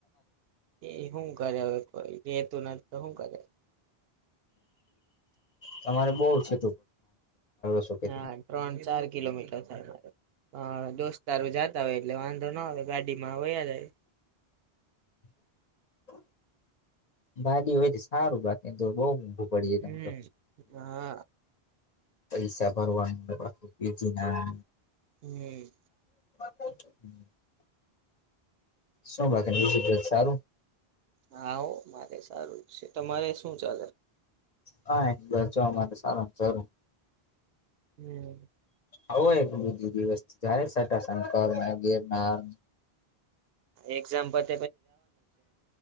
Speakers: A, on the right; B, on the left.
A: એ શું કરે હવે રેતું નથી તો શું કરે.
B: તમારે બહ છે. શો કે.
A: હા ત્રણ ચાર કિલોમીટર થાય મારે હા દોસ્તારો જાતા હોય એટલે વાંધો ના આવે ગાડી માં હો જાય.
B: <inaudible> ભાગે હોય સારું બાકી તો બહ ઊઘું પડી
A: હમ
B: જ ત.
A: હા
B: પૈસા ભરવાનું પીજી ના.
A: હમ્મ
B: <unintelligible> શું બાકી વિત સારું.
A: હા ઓ મારે સારું છે તમારે શું ચાલે.
B: હા બચવા માટે સારું સારું.
A: હમ્મ
B: હય એક બીજું દિવસ જાય સાટશનકર ગિરનાર.
A: એક્ઝામ્પલ.